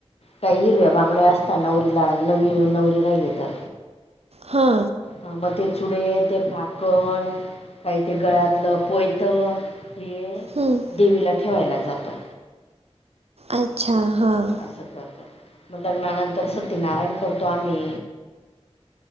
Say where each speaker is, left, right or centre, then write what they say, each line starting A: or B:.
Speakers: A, on the left; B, on the right.
A: काही हिरव्या बांगड्या असता नवरीला आणि नवी नवरीला ही देतात.
B: हा.
A: हा मग ते चुडे, ते काकण, काही ते गळ्यातलं पोयत हे
B: हं.
A: देवीला ठेवायला जातात.
B: अच्छा हां.
A: असं करतात. मग लग्नानंतर सत्यनारायण करतो आम्ही